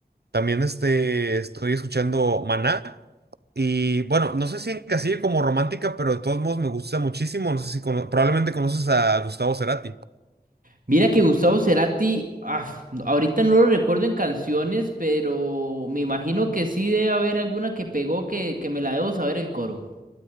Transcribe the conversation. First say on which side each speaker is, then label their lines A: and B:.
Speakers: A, on the right; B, on the right.
A: También este, estoy escuchando Maná. Y bueno, no sé si encasillo como romántica, pero de todos modos me gusta muchísimo. No sé si cono- probablemente conoces a Gustavo Cerati.
B: Mira que Gustavo Cerati, af, ahorita no lo recuerdo en canciones, pero me imagino que sí debe haber alguna que pegó que, que me la debo saber el coro.